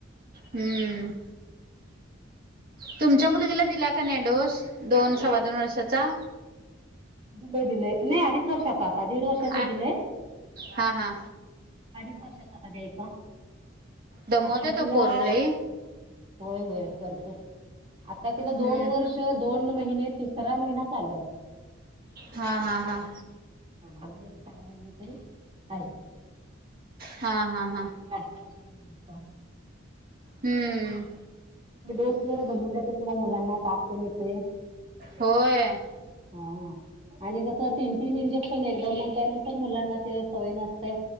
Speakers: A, on the right; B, on the right.
A: हम्म! तुमच्या मुलगीला दिला का नाय डोस दोन सव्वा दोन वर्षाचा.
B: होय दिलंय नाही अडीच वर्षाच आता दीड वर्षाचं
A: आ
B: दिलंय.
A: हा हा.
B: अडीच वर्षाचा आत्ता द्यायचा
A: दमवते
B: आता तिला.
A: तो पोरं लई
B: होय होय भरपूर आता तिला
A: हम्म
B: दोन वर्ष दोन महिने तिसऱ महिना चालू आहे.
A: हा हा हा.
B: ह आ नेट चार महिने तरी आहेत.
A: हा हा हा
B: मग अडीच वर्षाचा द्यायचा
A: हम्म!
B: डोस जरा दमोवत्यातच व मुलांना तापतेन येतय.
A: होय.
B: हा. आणि जसं तीन तीन इंजेक्शन एकदम मनल्यानंतर मुलांना ते सवय नसते.